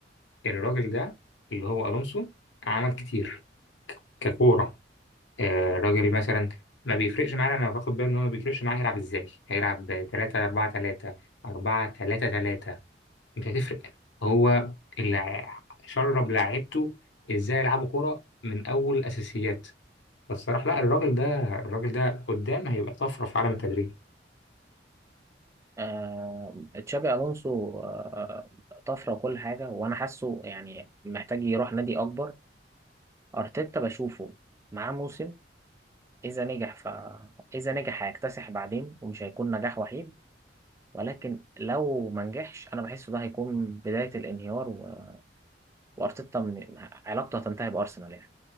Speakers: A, on the left; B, on the right.
A: الراجل ده اللي هو الونسو عمل كتير ككوره آه راجل مثلا ما بيفرقش معانا انا باخد بالي ان هو ما بيفرقش معاه هيلعب ازاي هيلعب 3 4 3 4 3 3 مش هتفرق هو اللي ع- شرب لعيبته ازاي يلعبوا كرة من اول الاساسيات فالصراحة لا الراجل ده الراجل ده قدام هيبقى طفرة في عالم التدريب
B: آه تشابي الونسو آه طفره وكل حاجه وانا حاسه يعني محتاج يروح نادي اكبر ارتيتا بشوفه معاه موسم اذا نجح ف اذا نجح هيكتسح بعدين ومش هيكون نجاح وحيد ولكن لو ما نجحش انا بحسه ده هيكون بدايه الانهيار و... وارتيتا من... علاقته هتنتهي بارسنال يعني